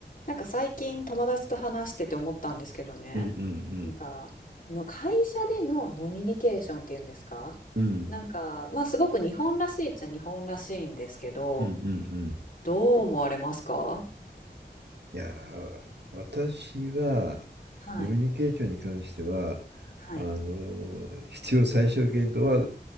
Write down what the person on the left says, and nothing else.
なんか最近友達と話してて思ったんですけどね、
なんかの会社でのノミニケーションっていうんですか
なんか、まあすごく日本らしいっちゃ日本らしいんですけど、
どう思われますか
はい、
はい、